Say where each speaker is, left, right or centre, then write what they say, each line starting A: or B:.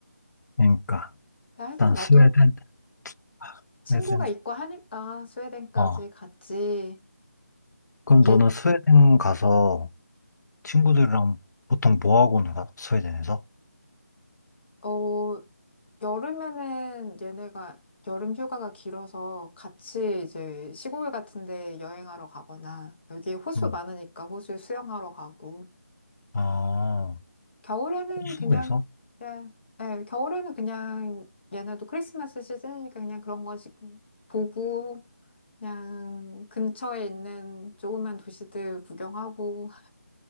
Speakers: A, on the left; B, on the left.
A: 그러니까,
B: 하긴
A: 일단
B: 나도
A: 스웨덴, 아,
B: 친구가
A: 스웨덴.
B: 있고 하니까 스웨덴까지
A: 어.
B: 갔지.
A: 그럼
B: 얘,
A: 너는 스웨덴 가서 친구들이랑 보통 뭐 하고 놀아? 스웨덴에서?
B: 어, 여름에는 얘네가 여름 휴가가 길어서 같이 이제 시골 같은 데 여행하러 가거나 여기 호수
A: 음.
B: 많으니까 호수에 수영하러 가고
A: 아,
B: 겨울에는
A: 코스에서?
B: 그냥, 예, 예, 겨울에는 그냥 얘네도 크리스마스 시즌이니까 그냥 그런 거 지금 보고 그냥 근처에 있는 조그만 도시들 구경하고